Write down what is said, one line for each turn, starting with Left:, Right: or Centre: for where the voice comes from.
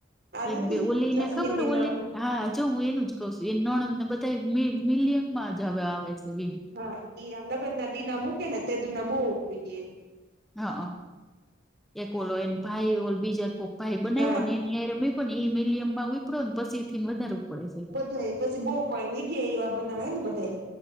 Right: આ નથી
Centre: એક બે ઓલી
Right: જસ્મીન
Centre: ને ખબર
Right: ની
Centre: ઓલી,
Right: નળ
Centre: હા જો હું એનું જ કઉ છું એ નણદ ને બધ તે મી મિલિયનમાં જ હવે આવે છે વિડીઓ
Right: હા એ અલગજ નદીના મૂકે ને <unintelligible>
Centre: હા અ એક ઓલો એને ભાઈ ઓ બીજા કોક ભાઈ બનાવ્યો
Right: હા
Centre: ને એ એ હારે મુકયો એ મિલિયમ માં ઉયપડો ને પછી થી વધારે ઉપડે છે.
Right: પછી બહુ પણ વિડિયા એવા બનાવે ને બધાય.